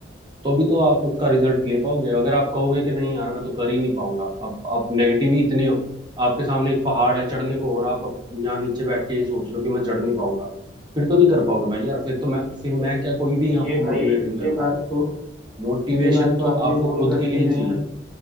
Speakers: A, on the right (about 25°); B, in the centre.
A: तो भी तो आप उसका रिजल्ट ले पाओगे अगर आप कहोगे कि नहीं यार मैं तो कर ही नहीं पाऊंगा अब आप नेगेटिव ही इतने हो आपके सामने एक पहाड़ है चढ़ने को और आप अप- यहाँ नीचे बैठ के ये सोच रहे हो कि मैं चढ़ नहीं पाऊंगा फिर तो नहीं कर पाओगे भाई यार फिर तो मैं फिर मैं क्या कोई भी
B: ये
A: आपको
B: भाई
A: मोटिवेट नहीं कर
B: ये
A: पाएगा
B: बात तो
A: मोटिवेशन
B: ये बात तो
A: तो आपको
B: आपने बोल
A: खुद
B: करके
A: के लिए
B: ना
A: चाहिए
B: यार